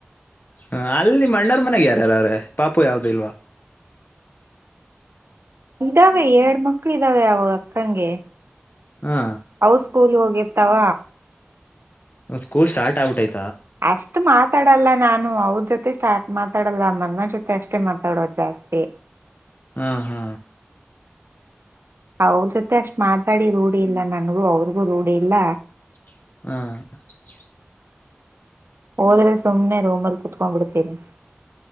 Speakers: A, on the left (about 45°); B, on the right (about 70°).
A: ಹ ಅಲ್ಲಿ ಮಣ್ಣಾರ್ ಮನೆಗ ಯಾರ್ಯಾರ ಅವ್ರೆ ಪಾಪು ಯಾವ್ದು ಇಲ್ವಾ
B: ಇದಾವೆ ಎರಡ್ ಮಕ್ಳು ಇದ್ದಾವೆ ಅವಾಗ ಅಕ್ಕಂಗೆ
A: ಹಾ
B: ಅವ ಸ್ಕೂಲ್ ಹೋಗ ಎತಾವ
A: ಸ್ಕೂಲ್ ಸ್ಟಾರ್ಟ್ ಔಟ್ ಆಯತು
B: ಅಷ್ಟು ಮಾತ್ ಮಾತಾಡಲ್ಲ ನಾನು ಅವ್ರ ಜೊತೆ ಸ್ಟಾರ್ಟ್ ಮಾತಾಡಲ್ಲ ಅನ್ನ ಜೊತೆ ಅಷ್ಟೇ ಮಾತಾಡೋದು ಜಾಸ್ತಿ
A: ಹಾ ಹಾ
B: ಅವ್ರ ಜೊತೆ ಅಷ್ಟ ಮಾತಾಡಿ ರೂಢಿ ಇಲ್ಲ ನನ್ಗೂ ಅವ್ರಿಗೂ ರೂಢಿ ಇಲ್ಲ
A: ಹ್ಮ
B: ಹೋದ್ರೆ ಸುಮ್ಮನೆ ಅದು ರೂಮಲ್ಲಿ ಕುೂತ್ಕೊಂಡ್ ಬಿಿಡ್ತೀನನೆ